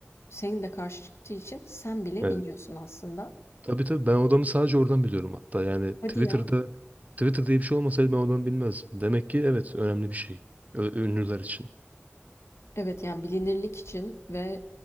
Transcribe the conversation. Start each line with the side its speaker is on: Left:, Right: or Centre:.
Left: senin de karşı çıktığı için sen bile
Right: Evet.
Left: biliyorsun aslında.
Right: Tabii tabii ben odamı sadece oradan biliyorum hatta. Yani Twitter'da
Left: Hadi ya.
Right: Twitter diye bir şey olmasaydı ben odamı bilmezdim. Demek ki evet önemli bir şey. Ö- Ünlüler için.
Left: Evet yani bilinirlik için ve